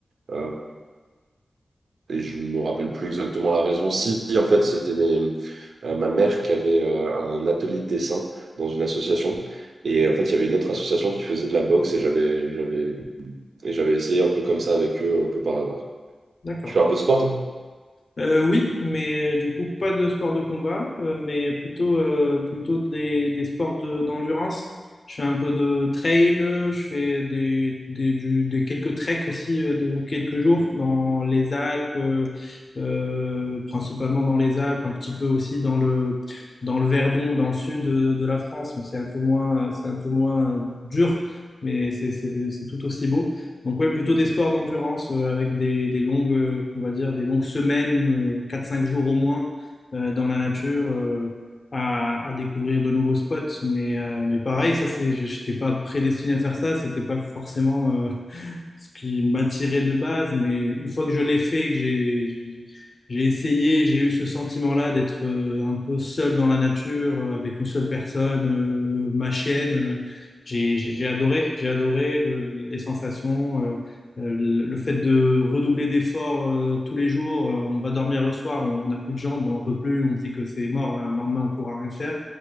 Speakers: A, on the right; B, on the left.
A: Euh, et je me rappelle plus exactement la raison. Si, en fait, c'était mes, euh, ma mère qui avait euh, un atelier de dessin dans une association. Et en fait, il y avait une autre association qui faisait de la boxe et j'avais, j'avais, et j'avais essayé un peu comme ça avec eux, un peu par hasard.
B: D'accord.
A: Tu fais un peu de sport, toi?
B: Euh, oui, mais euh, du coup, pas de sport de combat, euh, mais plutôt, euh, plutôt des, des sports de- d'endurance. Je fais un peu de trail, je fais des, des, du- des quelques treks aussi euh, de quelques jours dans les Alpes, euh, euh, principalement dans les Alpes, un petit peu aussi dans le, dans le Verdon, dans le sud de, de la France. Bon, c'est un peu moins, c'est un peu moins dur, mais c'est c'est- c'est tout aussi beau. Donc oui, plutôt des sports d'endurance euh, avec des, des longues, euh, on va dire, des longues semaines, euh, 4-5 jours au moins, euh, dans la nature, euh, à, à découvrir de nouveaux spots. Mais, euh, mais pareil, ça c'est, je- j'étais pas prédestiné à faire ça, c'était pas forcément euh, ce qui m'attirait de base, mais une fois que je l'ai fait, que j'ai j'ai- j'ai essayé, j'ai eu ce sentiment-là d'être euh, un peu seul dans la nature, euh, avec une seule personne, euh, ma chienne. euh, j'ai j'ai- j'ai adoré, j'ai adoré le- les sensations, euh, euh, le le fait de redoubler d'efforts euh, tous les jours. euh, on va dormir le soir, on n'a plus de jambes, on n'en peut plus, on se dit que c'est mort, le lendemain on pourra rien faire.